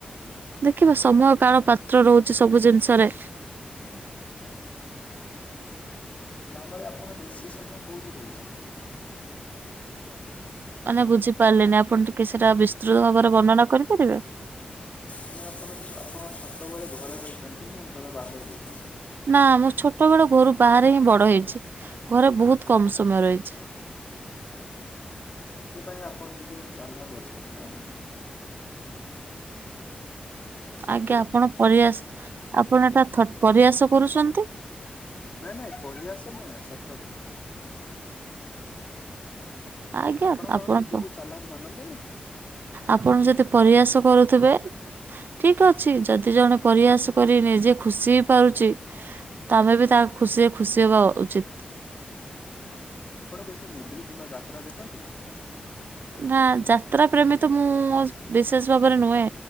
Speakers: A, on the right; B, on the left.
A: ଦେଖିବ ସମୟ, କାଳ, ପାତ୍ର ରହୁଛି ସବୁ ଜିନିଷରେ।
B: ହୁଁ। ଗ୍ରାମରେ ଆପଣ ବେଶି ସମୟ କୋଉଠି ରହିଚନ୍ତି।
A: ମାନେ ବୁଝିପାରିଲିନି ଆପଣ ଟିକେ ସେଇଟା ବିସ୍ତୃତ ଭାବରେ ବର୍ଣ୍ଣନା କରିପାରିବେ।
B: ମାନେ ଆପଣ ଆପଣଙ୍କ ଛୋଟବେଳେ ଘରେ ରହିଚନ୍ତି ନା ଘରେ ବାହାରେ ରହିଛନ୍ତି।
A: ନା ମୋ ଛୋଟ ବେଳ ଘରୁ ବାହାରେ ହିଁ ବଡ ହେଇଚି। ଘରେ ବହୁତ କମ ସମୟ ରହିଛି।
B: ସେଥିପାଇଁ ଆପଣ ଟିକେ ଚାଲ୍ଲାକ୍ ଅଛନ୍ତି ନାଇଁ। ଚତୁର।
A: ଆଜ୍ଞା ଆପଣ ପରିହାସ, ଆପଣ ଏଟା ଥ-ପରିହାସ କରୁଛନ୍ତି।
B: ନାଇଁ ନାଇଁ ପରିହାସ ନୁହେଁ, ସତରେ।
A: ଆଜ୍ଞା
B: ଆପଣ କଣ ନିଜକୁ
A: ପ
B: ଚାଲାକ୍ ମାନନ୍ତିନି।
A: ଆପଣ ଯଦି ପରହାସ କରୁଥିବେ। ଠିକ୍ ଅଛି। ଯଦି ଜଣେ ପରିହାସ କରି ନିଜେ ଖୁସି ହେଇ ପାରୁଚି ତମେ ବି ତା ଖୁସିରେ ଖୁସି ହବା ଉଚିତ୍।
B: ଆପଣ ବେଶି ମୁଭି କିମ୍ବା ଯାତ୍ରା ଦେଖନ୍ତି କି।
A: ନା ଯାତ୍ରା ପ୍ରେମୀ ତ ମୁଁ ବିଶେଷ ଭାବରେ ନୁହେଁ